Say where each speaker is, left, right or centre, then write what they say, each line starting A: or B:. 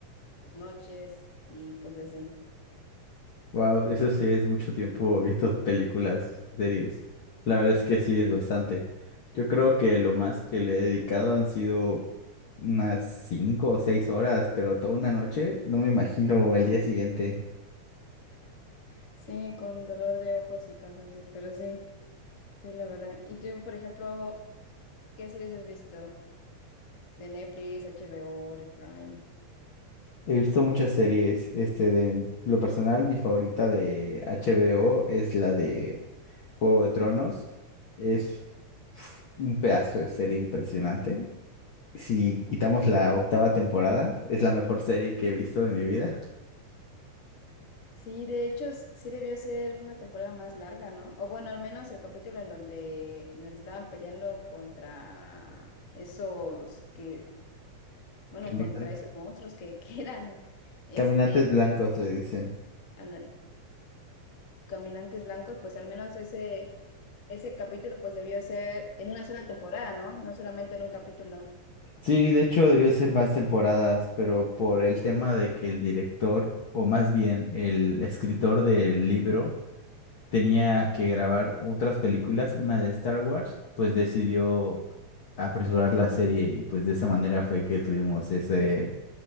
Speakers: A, on the left; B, on the left.
A: las noches y pues así.
B: Wow, eso sí es mucho tiempo visto películas, series. La verdad es que sí es bastante. Yo creo que lo más que le he dedicado han sido unas cinco o seis horas, pero toda una noche, no me imagino el día siguiente.
A: Sí, con dolor de ojos y cansancio, pero sí, sí, la verdad. ¿Y tú, por ejemplo, qué series has visto? De Netflix, HBO, de Prime.
B: He visto muchas series, este de lo personal, mi favorita de HBO es la de Juego de Tronos. Es uf, un pedazo de serie impresionante. Si quitamos la octava temporada, es la mejor serie que he visto en mi vida.
A: Sí, de hecho, s- sí debió ser una temporada más larga, ¿no? O bueno, al menos el capítulo en donde, en donde estaban peleando contra esos que, bueno,
B: Caminan-
A: contra esos monstruos que, <laughs> que eran, este,
B: Caminantes blancos le dicen.
A: ándale. Caminantes Blancos, pues al menos ese, ese capítulo pues debió ser en una sola temporada, ¿no? No solamente en un capítulo.
B: Sí, de hecho debió ser más temporadas, pero por el tema de que el director, o más bien el escritor del libro, tenía que grabar otras películas, una de Star Wars, pues decidió apresurar la serie y pues de esa manera fue que tuvimos ese,